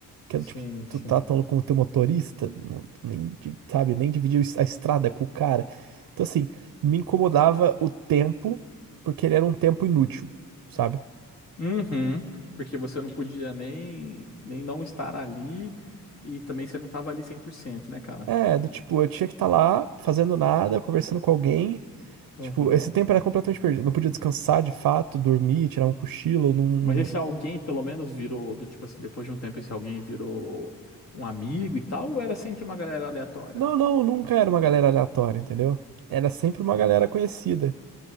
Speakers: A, on the right (about 80°); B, on the left (about 50°).
A: Que
B: Sim,
A: é do tipo,
B: sim.
A: tu tá tão como teu motorista, não- nem, di- sabe, nem dividiu a estrada com o cara. Então, assim, me incomodava o tempo, porque ele era um tempo inútil, sabe?
B: Uhum, porque você não podia nem, nem não estar ali e também você não tava ali cem por cento né, cara?
A: É, do tipo, eu tinha que estar lá fazendo nada, conversando com alguém.
B: Uhum.
A: Tipo, esse tempo era completamente perdido. Não podia descansar de fato, dormir, tirar um cochilo. Não,
B: Mas esse alguém pelo menos virou, do tipo assim, depois de um tempo esse alguém virou um amigo e tal, ou era sempre uma galera aleatória?
A: não, não, nunca era uma galera aleatória, entendeu? Era sempre uma galera conhecida.